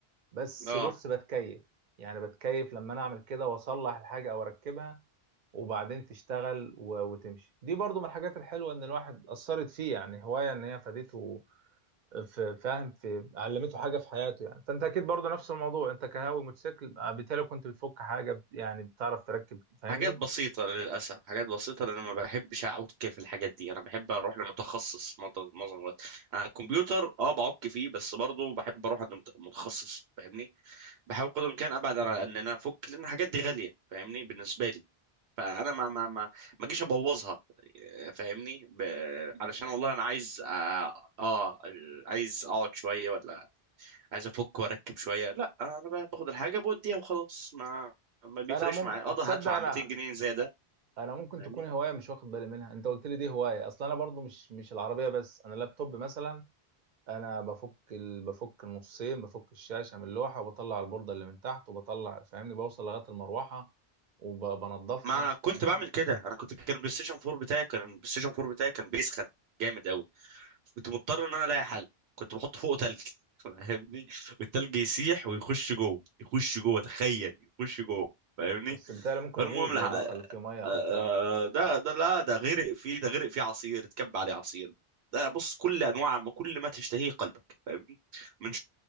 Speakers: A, on the right (about 55°); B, on the right (about 85°).
A: بس
B: اه
A: بص بتكيف يعني بتكيف لما انا اعمل كده واصلح الحاجه او اركبها وبعدين تشتغل و- وتمشي دي برضو من الحاجات الحلوه ان الواحد اثرت فيه يعني هوايه ان هي فادته في فاهم في علمته حاجه في حياته يعني فانت اكيد برضو نفس الموضوع انت كهاوي موتوسيكل آه، بالتالي كنت بتفك حاجه بت- يعني بتعرف تركب فاهمني
B: حاجات بسيطة للأسف حاجات بسيطة لأن ما بحبش أعك في الحاجات دي أنا بحب أروح لمتخصص معظم معظم الوقت أنا الكمبيوتر أه بعك فيه بس برضه بحب أروح عند مت- متخصص فاهمني بحاول قدر الامكان ابعد على ان انا افك لان الحاجات دي غاليه فاهمني بالنسبه لي فانا ما ما ما ما اجيش ابوظها فاهمني ب... علشان والله انا عايز اه آه، عايز اقعد شويه ولا عايز افك واركب شويه لا انا ب- باخد الحاجه بوديها وخلاص ما ما بيفرقش
A: فانا مم...
B: معايا اقدر
A: تصدق
B: هدفع
A: انا
B: 200 جنيه زياده
A: انا ممكن
B: فاهمني
A: تكون هوايه مش واخد بالي منها انت قلت لي دي هوايه اصلا انا برضو مش مش العربيه بس انا اللابتوب مثلا انا بفك ال... بفك النصين بفك الشاشه من اللوحه وبطلع البورده اللي من تحت وبطلع فاهمني بوصل لغايه المروحه وبنضفها
B: ما انا كنت
A: فاهمني
B: بعمل كده انا كنت كان البلاي ستيشن 4 بتاعي كان البلاي ستيشن 4 بتاعي كان بيسخن جامد قوي كنت مضطر ان انا الاقي حل كنت بحط فوقه تلج <laughs> فاهمني والتلج يسيح ويخش جوه يخش جوه تخيل يخش جوه فاهمني
A: بس بالتالي ممكن
B: فالمهم
A: يبوظ
B: لح...
A: لو
B: آه،
A: دخل فيه ميه او
B: آه،
A: تلج
B: ده ده لا ده غرق فيه ده غرق فيه عصير اتكب عليه عصير ده بص كل انواع ما كل ما تشتهيه قلبك فاهمني من